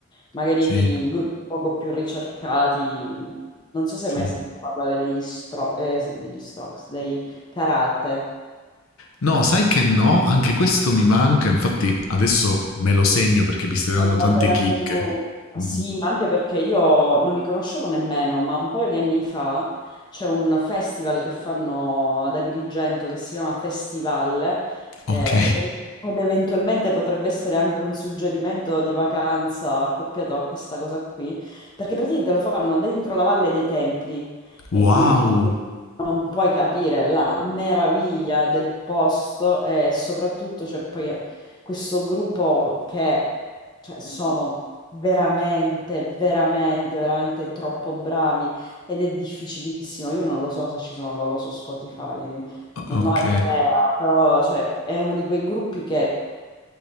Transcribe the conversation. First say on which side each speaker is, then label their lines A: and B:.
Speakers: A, on the left; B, on the left.
A: magari
B: Sì,
A: in gruppi poco più ricercati. Non so se
B: sì.
A: hai mai sentito parlare degli, stro- eh, sì, degli Strokes, dei Karate.
B: No, sai che no, anche questo mi manca, infatti adesso me lo segno perché mi stai
A: Hai
B: dando
A: dato
B: tante
A: anche
B: chicche.
A: tu.
B: Mhm.
A: Sì, ma anche perché io non li conoscevo nemmeno, ma un paio di anni fa c'è un festival che fanno ad Agrigento che si chiama Festival, eh,
B: Ok.
A: ed eventualmente potrebbe essere anche un suggerimento di vacanza accoppiato a questa cosa qui, perché praticamente lo fanno dentro la Valle dei Templi
B: Wow.
A: e quindi non puoi capire la meraviglia del posto e soprattutto c'è poi questo gruppo che cioè, sono veramente, veramente, veramente troppo bravi ed è difficilissimo. Io non lo so se ci sono loro su Spotify,
B: O-
A: non
B: Ok.
A: ho idea, però cioè, è uno di quei gruppi che